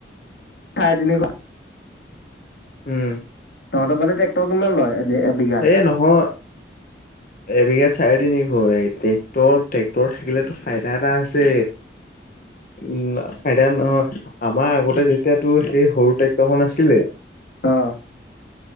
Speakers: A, on the left; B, on the left.
A: চাৰে তিনিশ।
B: উম।
A: তহতৰ ফালে টেক্টৰ কিমান লয়। এ এবিঘাত?
B: এ নহয় এবিঘা। চাৰে তিনিশ ট্ৰেক্ট ট্ৰেক্টৰ থাকিলেতো ফাইদা এটা আছে উম ফাইদ নহয় আমাৰ আগতে যেতিয়াতো সেই সৰু ট্ৰেক্টৰখন আছিলে।
A: অ'।